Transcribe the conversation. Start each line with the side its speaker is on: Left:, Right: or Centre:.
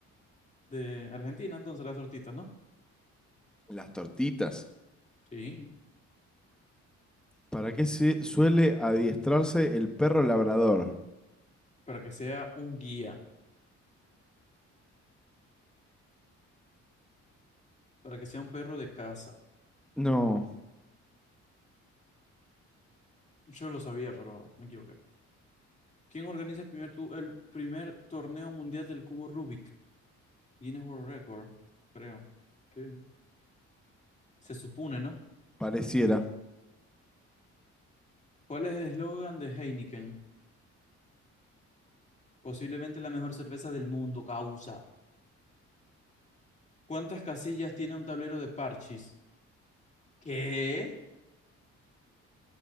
Left: de Argentina, entonces las tortitas, ¿no?
Centre: Las tortitas.
Left: Sí,
Centre: ¿Para qué se suele adiestrarse el perro labrador?
Left: para que sea un guía, para que sea un perro de casa.
Centre: No,
Left: Yo lo sabía, pero me equivoqué. ¿Quién organiza el primer, tu- el primer torneo mundial del cubo Rubik? Guinness World Record, creo. Sí. Se supone, ¿no?
Centre: pareciera.
Left: ¿Cuál es el eslogan de Heineken? Posiblemente la mejor cerveza del mundo, causa. ¿Cuántas casillas tiene un tablero de parchis? ¿Qué?